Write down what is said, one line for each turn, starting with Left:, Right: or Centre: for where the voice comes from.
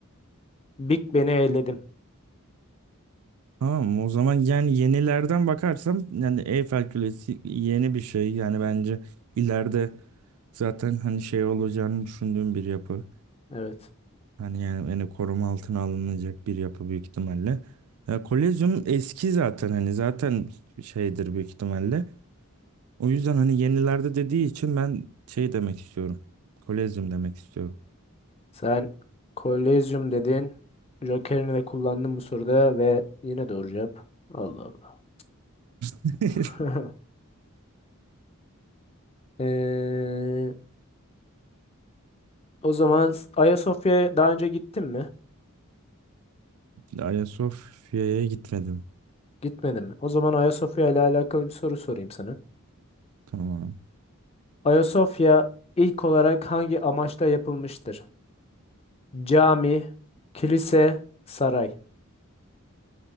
Left: Big Ben'i eledim.
Right: Tamam o zaman yani yenilerden bakarsam yani Eyfel Kulesi yeni bir şey. Yani bence ileride zaten hani şey olacağını düşündüğüm bir yapı.
Left: Evet.
Right: Hani yani, yani koruma altına alınacak bir yapı büyük ihtimalle. Ya, Kolezyum eski zaten hani zaten şeydir büyük ihtimalle. O yüzden hani yenilerde dediği için ben şey demek istiyorum. Kolezyum demek istiyorum.
Left: Sen Kolezyum dedin. Joker'ini de kullandın bu soruda ve yine doğru cevap. Allah Allah.
Right: <laughs>
Left: <laughs> Ee, o zaman Ayasofya'ya daha önce gittin mi?
Right: Ayasofya'ya gitmedim.
Left: Gitmedin mi? O zaman Ayasofya ile alakalı bir soru sorayım sana.
Right: Tamam.
Left: Ayasofya ilk olarak hangi amaçla yapılmıştır? Cami, kilise, saray.